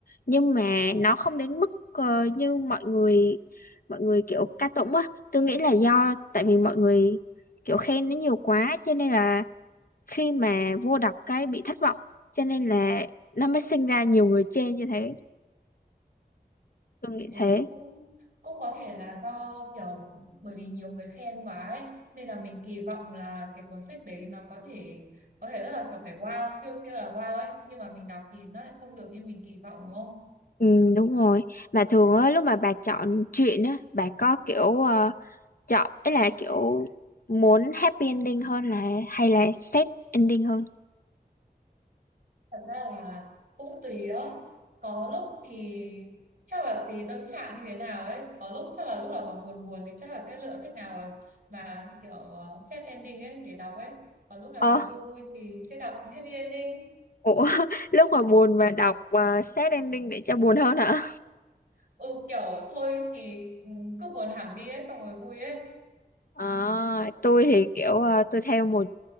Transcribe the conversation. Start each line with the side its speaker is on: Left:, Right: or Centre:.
Left: nhưng mà nó không đến mức ờ, như mọi người mọi người kiểu ca tụng á tôi nghĩ là do tại vì mọi người kiểu khen nó nhiều quá cho nên là khi mà vô đọc cái bị thất vọng cho nên là nó mới sinh ra nhiều người chê như thế tôi nghĩ
Right: ừ
Left: thế
Right: cũng cũng có thể là do kiểu bởi vì nhiều người khen quá ấy nên là mình kỳ vọng là cái cuốn sách đấy nó có thể có thể rất là kiểu phải wow siêu siêu là wow ấy nhưng mà mình đọc thì nó lại không được như mình kỳ vọng đúng không
Left: ừ, đúng rồi mà thường á lúc mà bà chọn truyện á bà có kiểu ờ, chọn ấy là kiểu muốn happy ending hơn là hay là sad ending hơn
Right: Thật ra là cũng tùy đó. Có lúc thì chắc là tùy tâm trạng như thế nào ấy. Có lúc chắc là lúc nào mà buồn buồn thì chắc là sẽ lựa sách nào mà, mà kiểu ờ, sad ending ấy để đọc ấy. Còn lúc nào
Left: ờ
Right: mà vui vui thì sẽ đọc happy ending.
Left: ủa <laughs> lúc mà buồn mà đọc uh, sad ending để cho buồn hơn hả
Right: Ừ kiểu thôi thì ừ, cứ buồn hẳn đi ấy xong rồi vui ấy.
Left: Ờ, tôi thì kiểu ờ, tôi theo một